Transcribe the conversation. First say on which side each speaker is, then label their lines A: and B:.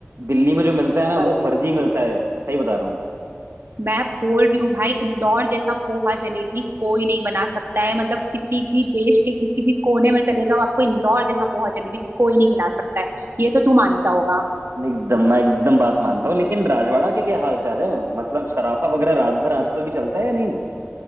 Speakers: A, on the right (about 75°); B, on the right (about 55°).
A: दिल्ली में जो मिलता है ना
B: भाई
A: वो फर्जी मिलता है सही बता
B: मैं बोल रही हूँ भाई इंदौर जैसा पोहा जलेबी कोई नहीं बना सकता है मतलब किसी भी देश के किसी भी कोने में चले जाओ आपको इंदौर जैसा पोहा जलेबी कोई नहीं खिला सकता है ये तो तू मानता होगा
A: एकदम मैं एकदम बात मानता हूँ लेकिन राजवाड़ा के क्या हाल चाल है मतलब सराफा वगैरह रात भर आजकल भी चलता है या नहीं